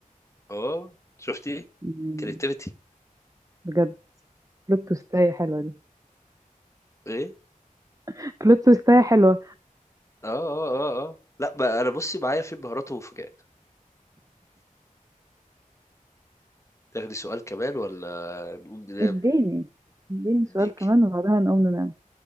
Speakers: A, on the left (about 20°); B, on the right (about 25°).
A: اه شفتي
B: مم،
A: كريتيفيتي
B: بجد بلوت تويستاية حلوة دي
A: ايه
B: <laughs> بلوت تويستاية حلوة
A: اه اه اه اه لا ما انا بصي معايا في مهارات ومفاجآت تاخدي سؤال كمان ولا نقوم ننام
B: اديني اديني سؤال
A: ديك
B: كمان وبعدها نقوم ننام